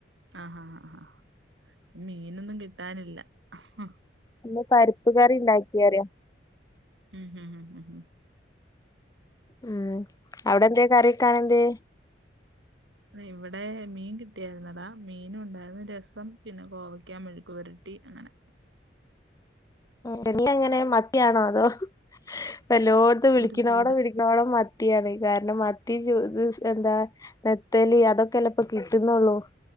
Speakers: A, on the right; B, on the left.
A: ആഹഹാആ മീനൊന്നും കിട്ടാനില്ല അ ഹ്.
B: ഇന്ന് പരിപ്പ്കറി ഇണ്ടാക്കിയറിയ
A: മ്മ് ഹ് ഹ്
B: ആഹ് അവ്ടെ എന്തേ കറിയെക്കാൻ എന്തേ?
A: ഇവ്ടെ മീൻ കിട്ടിയായിര്ന്നെടാ മീനുണ്ടായിരുന്നു രസം പിന്നെ കോവയ്ക്ക മെഴുക്പുരട്ടി അങ്ങനെ.
B: ട്ട്ലെങ്ങനെ മത്തിയാണോ അതോ പെല്ലോടത്തും വിളിക്കോണോടം
A: ഒരു ചൂര
B: വിളി ക്ക്ണോടം മത്തിയാണ് കാരണം മത്തി ചു ഇദ് സ് എന്താ പെത് ത്തല് അതൊക്കെല്ലപ്പോ കിട്ടുന്നോള്ളൂ